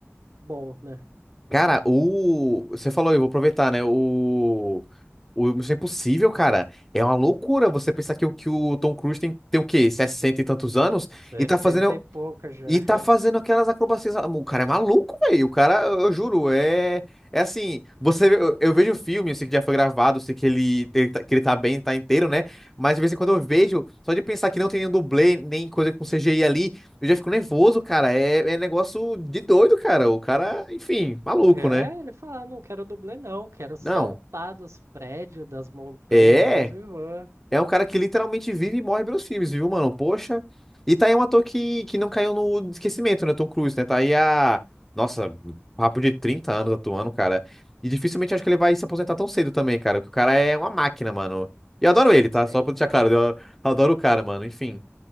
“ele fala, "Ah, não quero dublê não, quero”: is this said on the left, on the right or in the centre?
Right